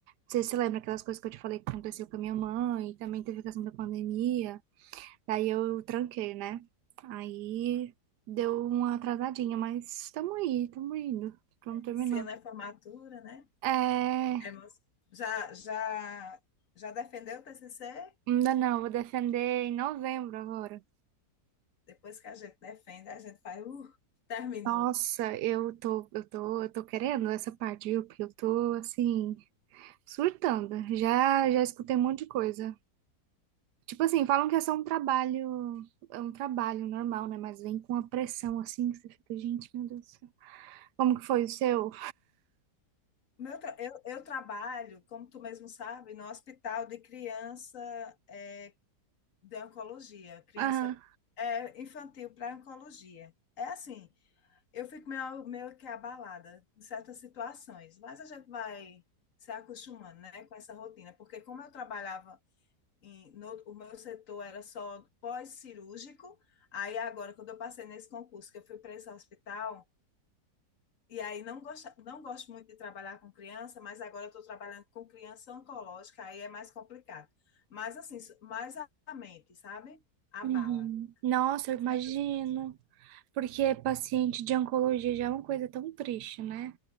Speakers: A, on the right (about 80°); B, on the left (about 50°).
A: você se lembra aquelas coisas que eu te falei que aconteceu com a minha mãe? Também teve a questão da pandemia. Daí eu tranquei, né? Aí deu uma atrasadinha, mas estamos aí, estamos indo. Estamos terminando.
B: Esse ano é formatura, né?
A: É,
B: É, mas já, já, já defendeu o TCC?
A: ainda não, vou defender em novembro agora.
B: Depois que a gente defende, a gente faz, uh, terminou.
A: Nossa, eu tô, eu tô, eu tô querendo essa parte, viu? Porque eu tô assim. Surtando. Já, já escutei um monte de coisa. Tipo assim, falam que é só um trabalho, é um trabalho normal, né? Mas vem com uma pressão assim que você fica, gente, meu Deus do céu. Como que foi o seu?
B: Meu tra- eu, eu trabalho, como tu mesmo sabe, no hospital de criança é, de oncologia, criança
A: Ah,
B: é, infantil para oncologia. É assim, eu fico meio, meio que abalada em certas situações, mas a gente vai se acostumando, né, com essa rotina, porque como eu trabalhava em, no, o meu setor era só pós-cirúrgico, aí agora, quando eu passei nesse concurso, que eu fui para esse hospital, E aí não gosto, não gosto muito de trabalhar com criança, mas agora eu estou trabalhando com criança oncológica, aí é mais complicado. Mas assim, s- mais a a mente, sabe? Abala.
A: uhum. Nossa, eu imagino.
B: Certas pessoas,
A: Porque paciente de oncologia já é uma coisa tão triste, né?